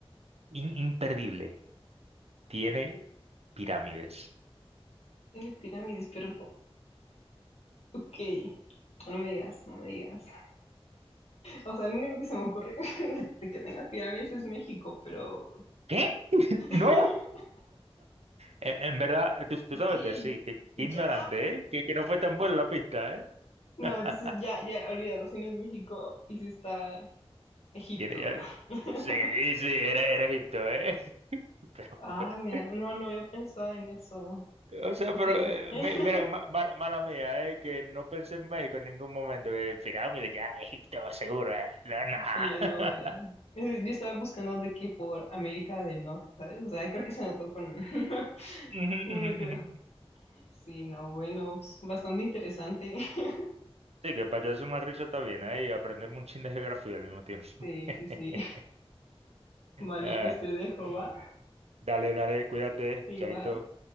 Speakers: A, on the right (about 85°); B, on the left (about 85°).
A: in- imperdible. Tiene pirámides.
B: Tiene pirámides, pero... fo- Ok, no me digas, no me digas. O sea, lo único que se me ocurre <laughs> de que tenga pirámides es México, pero...
A: ¿Qué? <laughs>
B: <laughs>
A: ¿No? En, en verdad, tú, tú
B: Ok,
A: sabes que sí, que qué ignorante,
B: ya.
A: ¿eh? Que, que no fue tan buena la pista, ¿eh?
B: No,
A: <laughs>
B: entonces ya, ya, olvídalo, si no es México y si está Egipto.
A: Tiene, ya-
B: <laughs>
A: sí, sí, era, era Egipto, ¿eh? <laughs> Pero,
B: Ah,
A: pero-
B: mira, no, no había pensado en eso.
A: O sea,
B: Ok.
A: pero, eh,
B: <laughs>
A: mi- mira, ma- mala, mala mía, ¿eh? Que no pensé en México en ningún momento. Eh, pirámide, ya, Egipto, seguro, ¿eh? No, no. <laughs>
B: Y yo no, mira. Yo estaba buscando de que por América del Norte, ¿sabes? O sea, creo que se notó con <laughs>
A: Ujú,
B: uno
A: ujú,
B: que
A: ujú.
B: Sí, no, bueno, pues, bastante interesante. <laughs>
A: Sí, que para echarse una risa está bien, ¿eh? Y aprender un chin de geografía al mismo tiempo.
B: Sí,
A: <laughs>
B: sí, sí. Vale,
A: Ah,
B: pues te dejo, ¿va?
A: dale, dale, cuídate,
B: Igual.
A: chaito.